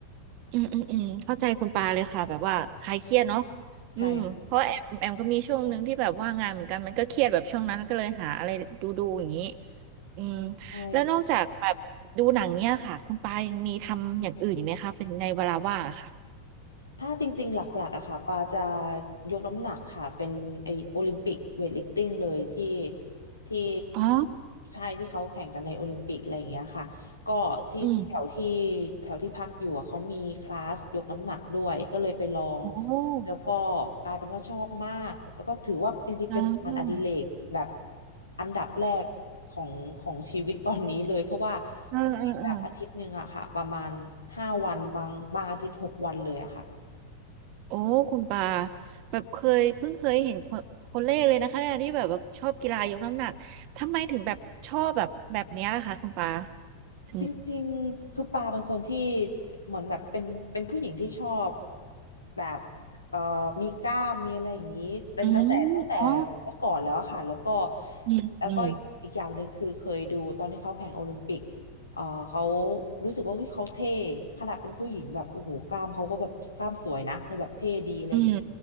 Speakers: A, on the right; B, on the left.
A: อืมอืมอืมเข้าใจคุณปาเลยค่ะแบบว่าคลายเครียดเนาะอืมเพราะแอมแอมก็มีช่วงหนึ่งที่แบบว่างงานเหมือนกันมันก็เครียดแบบช่วงนั้นก็เลยหาอะไรดูดูอย่างนี้
B: ใช่ค่ะ
A: อืม
B: ใช่
A: แล้วนอกจากแบบดูหนังเนี่ยค่ะคุณปายังมีทำอย่างอื่นอีกไหมคะเป็นในเวลาว่างอะค่ะ
B: ถ้าจริงๆ หลักๆอะค่ะปาจะยกน้ำหนักค่ะ เป็นไอโอลิมปิกเวทลิฟติ้งเลยที่ที่
A: อ๋อ
B: ใช่ที่เขาแข่งกันในโอลิมปิกอะไรอย่างเงี้ยค่ะ ก็ที่แถวที่
A: อืม
B: แถวที่พักอยู่อะเขามีคลาสยกน้ำหนักด้วยก็เลยไปลอง
A: โอ
B: แล้วก็
A: ้
B: กลายเป็นว่าชอบมาก แล้วก็ถือว่าจริงๆ
A: อ่า
B: เป็นงานอดิเรกแบบอันดับแรกของของชีวิตตอนนี้เลย เพราะว่า
A: เออเออเออ
B: แบบอาทิตย์หนึ่งอะค่ะ ประมาณห้าวันบางบางอาทิตย์หกวันเลยอะค่ะ
A: โอ้คุณปาแบบเคยเพิ่งเคยเห็นคนคนแรกเลยนะคะเนี่ยที่แบบว่าชอบกีฬายกน้ำหนักทำไมถึงแบบชอบแบบแบบเนี้ยค่ะคุณปาถึง
B: จริงๆคือปาเป็นคนที่เหมือนแบบเป็นเป็นผู้หญิงที่ชอบแบบเอ่อมีกล้ามมีอะไรอย่างนี้เป็นตั้งแต่ตั้งแต่เมื่อก่อนแล้วอะค่ะแล้วก็
A: อืมอ๋ออืมอืม
B: แล้วก็อีกอย่างหนึ่งคือเคยดูตอนที่เขาแข่งโอลิมปิกเอ่อเขารู้สึกว่าเฮ้ยเขาเท่ขนาดเป็นผู้หญิงแบบโอ้โหกล้ามเขาก็แบบกล้ามสวยนะเขาแบบเท่ดีอะไรอย่างนี้
A: อืม